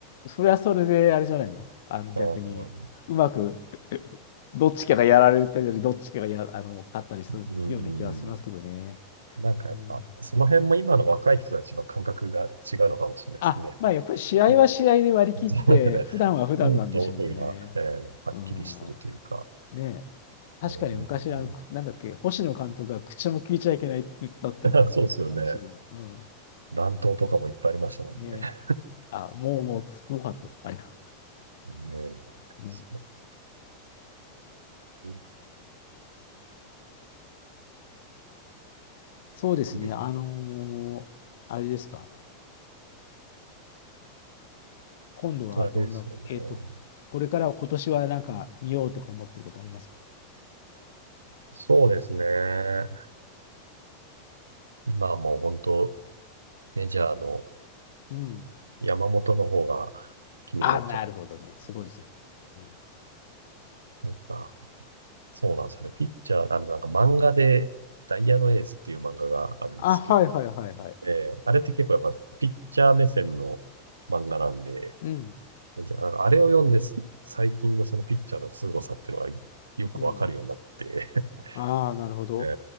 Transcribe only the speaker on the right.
あー
うん。なんかやっぱ、
その辺も今の若い人たちの感覚が違うのかもしれないですね。
ね。<laughs> そうだね。
もう道具が、えーはっきりしてるというか。
う
ん <laughs> そうですよね。
乱闘とかもいっぱいありましたもんね。
ね。
そう
いいです。
あとあれですよね。
そうですね。今はもう本当メジャーの
山本の方が気になっちゃう。
なんか、そうなんですよね。ピッチャー、あの、なんか漫画で、ダイヤのエースっていう漫画があるんですけど、
えーあれって結構やっぱピッチャー目線の漫画なんで、
なんかあれを読んで、最近のそのピッチャーの凄さっていうのがよくわかるようになって、
<laughs> え